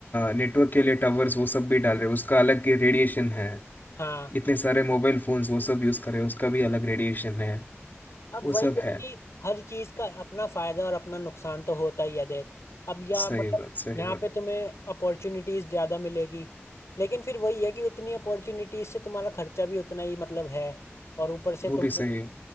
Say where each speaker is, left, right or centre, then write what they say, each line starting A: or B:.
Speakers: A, on the left (about 45°); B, on the left (about 80°).
A: नेटवर्क के लिए टावर्स वो सब भी डाल रहे हैं उसका अलग रेडिएशन है
B: हाँ
A: इतने सारे मोबाइल फोन्स वो सब यूज कर रहे हैं उसका भी अलग रेडिएशन है
B: अब
A: वो
B: वही
A: सब
B: है
A: है
B: कि हर चीज का अपना फायदा और अपना नुकसान तो होता ही है देख अब या
A: सही
B: मतलब
A: बात सही
B: यहाँ
A: बात
B: पे तुम्हें अपॉर्चुनिटीज ज्यादा मिलेगी लेकिन फिर वही है कि उतनी अपॉर्चुनिटीज से तुम्हारा खर्चा भी उतना ही मतलब है और ऊपर से
A: वो
B: तुम
A: भी सही है